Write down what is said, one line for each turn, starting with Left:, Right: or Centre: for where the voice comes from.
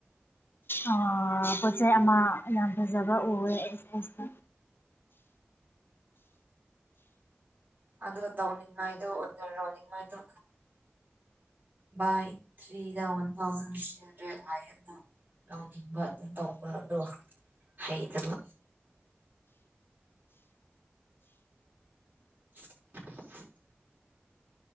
Left: ꯑ ꯄꯣꯠꯆꯩ ꯑꯃ ꯌꯥꯝ ꯐꯖꯕ ꯎꯑꯦ <unintelligible>
Right: ꯑꯗꯣ ꯇꯧꯅꯤꯡꯉꯥꯏꯗꯣ ꯑꯣꯟꯔ ꯇꯥꯎꯅꯤꯡꯉꯥꯏꯗꯣ ꯕꯥꯏ ꯊ꯭ꯔꯤꯗ ꯋꯥꯟ ꯊꯥꯎꯖꯟ ꯊ꯭ꯔꯤ ꯍꯟꯗ꯭ꯔꯦ ꯍꯥꯏ ꯇꯧꯅꯤꯡꯕ ꯑꯗꯨꯝ ꯇꯧꯕ ꯑꯗꯣ ꯍꯩꯇꯕ <unintelligible>